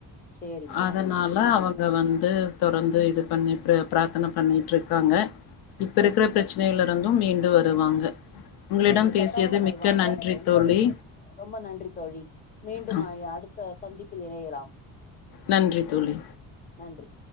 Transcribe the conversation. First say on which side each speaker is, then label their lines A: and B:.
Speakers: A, on the left; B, on the left.
A: சரிம்மா
B: அதனால
A: சரிம்மா நன்றிம்மா
B: அவங்க வந்து தொடர்ந்து இது பண்ணி ப்ரே பிரார்த்தன பண்ணிட்ருக்காங்க இப்ப இருக்கிற
A: ஓகேம்மா
B: பிரச்சனையில இருந்து மீண்டு வருவாங்க உங்களிடம்
A: வந்துரு
B: பேசியது
A: கட்டாயம் வருவாங்க
B: மிக்க நன்றி
A: ரொம்ப
B: தோழி
A: ரொம்ப நன்றி தோழி மீண்டும்
B: அ
A: ஆ அடு த சந்திப்பில் இணையலாம்
B: நன்றி தோழி
A: நன்றி